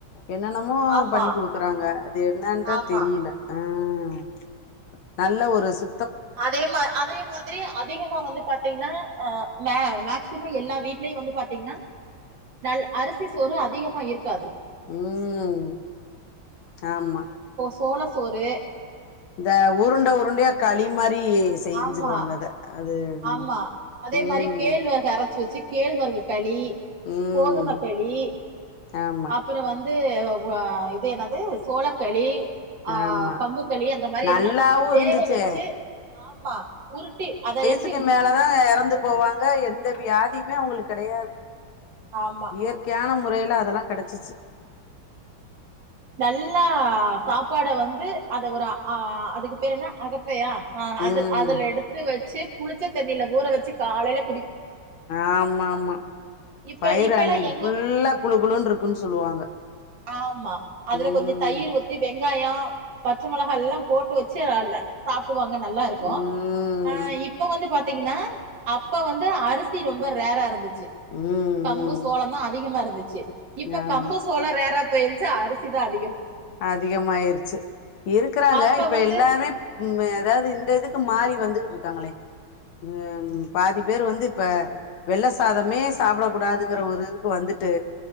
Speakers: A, on the left (about 85°); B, on the right (about 65°).
A: என்னெனமோ
B: ஆமா
A: பண்ணி் கொடுக்குறாங்க அது என்னன்னுதான்
B: ஆமா
A: தெரியல உம் நல்ல ஒரு சு
B: அதே மாதிரி அதே மாதிரி அதிகமா வந்து பாத்தீங்கன்னா அஹ் மே மேக்சிமம் எல்லா வீட்லயும் வந்து பாார்த்தீங்கன்னா நல் அரிசி சோறு அதிகமா இருக்காது
A: உம் ஆமா
B: கோழசோறு
A: இந்த உருண்ட உருண்டையா களி மாதிரி மாரி செஞ்சிருவாங்க
B: ஆமா
A: அது அத என்னமோ
B: ஆமா அதே
A: ம்
B: மாதிரி கேழ்வரகு அரைச்சு வச்சு கேழ்வரகு களி
A: ம்
B: கோதுமைக்களி
A: ஆமா
B: அப்புறம் வந்து வ இது என்னது சோளக்களி ஆஹ்
A: ஆமா
B: கம்புக்களி அந்த மாதிரி
A: நல்லாவு
B: எல்லாம் வேக
A: இருந்துச்சு
B: வச்சு ஆமா உருட்டி அத என்
A: க்கு மேலே தான் இறந்து போவாங்க எந்த வியாதியுமே அவங்களுக்கு கிடையாது
B: ஆமா
A: இயற்கையான முறையில அதெல்லாம் கிடச்சிச்சு
B: நல்லா சாப்பாடை வந்து வந்து அத ஆஹ ஒரு அதுக்கு பேரு என்ன அகப்பையா ஆஹ் அது
A: ம்
B: அதுல எடுத்து வச்சு குளிச்ச தண்ணில ஊற வச்சு காலையிலே
A: ஆமா ஆமா
B: இப்ப
A: வயிர்
B: இப்ப
A: அன்னைக்கு
B: எல்லா எங்க
A: ஃபுல்லா குழு குழுனு இருக்குன்னு சொல்லுவாங்க
B: ஆமா அதுல
A: ம்
B: கொஞ்சம் தயிர் ஊத்திங்க வெங்காயம் பச்சை மிளகாய் எல்லாம் போட்டு வச்சுத்தான் வாங்க நல்லா இருக்கும்
A: ம்
B: இப்ப வந்து பார்த்த ங்கன்னா அப்ப வந்து அரிசி ரொம்ப ரேரா இருந்துச்ச சு
A: ம்
B: கம்பு
A: ம்
B: சோளம் தா அதிகமா இருந் துச்சு இப்ப
A: ஆமா
B: கம்பு சோள ரே ரா போயிருச்சு அரிசி தா அ
A: அதிகமாயிருச்சு இருக்குறாங்க
B: அப்ப
A: இப்ப
B: வந்து
A: எல்லாமேப் ம் எதாது இந்த இதுக்கு மாறி வந்துகிட் ட்ருக்காங்களே ம் பாதி பேர் வந்து இப்ப வெள்ள சாதமே சாப்புடக் கூடாதுங்கிற ஒரு இதுக்கு வந்துட்டு